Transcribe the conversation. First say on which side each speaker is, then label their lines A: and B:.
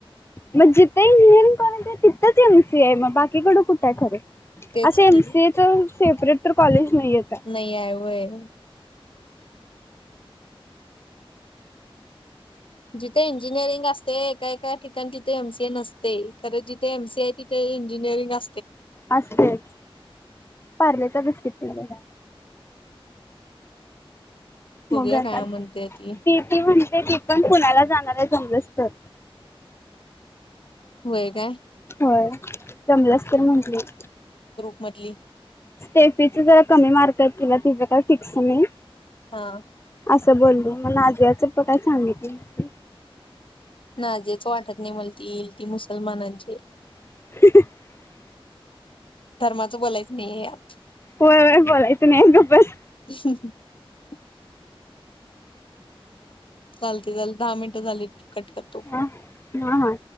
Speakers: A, on the left; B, on the left.
A: म्हणजे ते इंजिनियरींग कॉलेज च एम सी ए मग बाकीकडं कुठं आहे खरं
B: तेच
A: असं एम
B: की
A: सी ए चं सेपरेट तर कॉलेज नाहीयेत
B: नाही आहे व्हयं. जिथे इंजिनिअरिंग असते एका एका ठिकाणी तिथे एम सी ए नसते. खरं जिथे एम सी ए आहे तिथे इंजिनीरिंग
A: असतेयच पारलेचा बिस्कीट पुडा द्या.
B: बघूया
A: मग आता
B: काय म्हणते ती
A: ते ते म्हण ती पण पुण्याला जाणार आहे जमलंस तर
B: व्हय काय.
A: होय जमलास तर म्हटली.
B: म्हटली.
A: स्टेफीच जरा कमी मार्क आहे किंवा तिथं काही फिक्स नाही.
B: हा.
A: असं बोलली मग नाजियाच पण काय सांगितली नाही.
B: नाजियाच वाटत नाही मला ती येईल ती मुसलमानांची
A: <unintelligible>
B: धर्माच बोलायच नाही आहे
A: व्हय व्हय बोलायच नाही गप बस.
B: यात. <inaudible> चालतय चल दहा मिनट झाले. कट करतो फोन.
A: हा हा हा